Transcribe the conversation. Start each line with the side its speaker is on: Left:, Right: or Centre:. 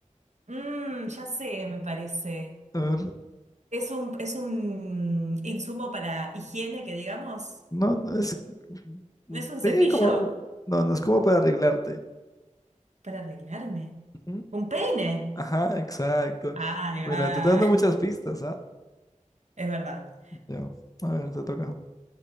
Right: Mmm, ya sé, me parece.
Left: A ver.
Right: Es un, es un insumo para higiene, que digamos.
Left: No, no es. mm,
Right: ¿No es un cepillo?
Left: Sí, como. No, no es como para arreglarte.
Right: Para arreglarme.
Left: Ujú.
Right: ¿Un peine?
Left: Ajá, exacto.
Right: Ahí
Left: Mira,
Right: va.
Left: te está dando muchas pistas, ¿ah?
Right: <laughs> Es verdad.
Left: Ya. A ver, te toca.